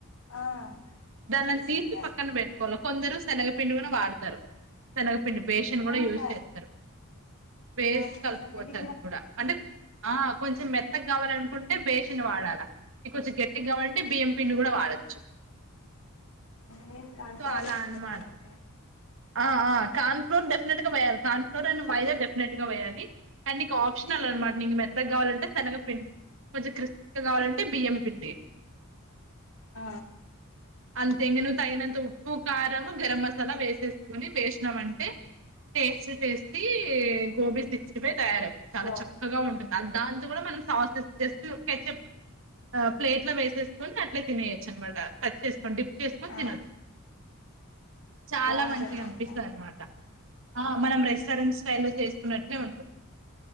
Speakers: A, on the left (about 75°); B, on the right (about 65°).
A: ఆ
B: దాన్నం
A: క్రిస్పీగా
B: తీసి పక్కన పెట్ కొవలా కొందరు శనగపిండి కూడా వాడతారు శనగపిండి బేష్
A: ఆ
B: కూడా
A: అక్క
B: యూజ్ చేస్తారు వేసి
A: ఆ శనగపిండి
B: కలుపుకోవచ్చు అది కూడా అంటే ఆ కొంచెం మెత్తగా కావాలనుకుంటే బేషన్ వాడాలా ఇంక కొంచెం గట్టిగా కావాలంటే బిఎంపిండిని కూడా వాడొచ్చు
A: నేను కార్న
B: సో
A: ఫ్లోర్
B: అలా
A: యూస్
B: అనమాట
A: చేస్తా అక్క
B: ఆ కార్న్ ఫ్లోర్ డెఫినెట్ గా వేయాలి corn flour and maida definite గా వేయాలి అండ్ నీకు ఆప్షనల్ అన్నమాట
A: ఆ
B: నీకు మెత్తగా కావాలంటే శెనగ పిండి కొంచెం క్రిస్పీగా కావాలంటే బియ్యం పిండి
A: ఆ
B: అంతే ఎంగనూ తగినంత ఉప్పు కారము గరం మసాలా వేసేస్తే ఇవన్ని వేసినాం అంటే taste tasty gobi sixty five తయారవు చాలా
A: బాగుంది
B: చక్కగా ఉంటుంది అ దాంతో కూడా మనం సాసెస్ జస్ట్ కెచెప్ ఆ ప్లేట్ లో వేసుకొని అట్లే తినేయేచ్చు అన్నమాట టచ్ చేసుకొని డిప్ చేసుకొని
A: ఆ
B: తినొచ్చు చాలా
A: బాగుంటుంది
B: మంచి
A: అక్క
B: పిస్తంది అన్నమాట ఆ మనం రెస్టారెంట్ స్టైల్ లో చేసుకున్నట్లే ఉంటది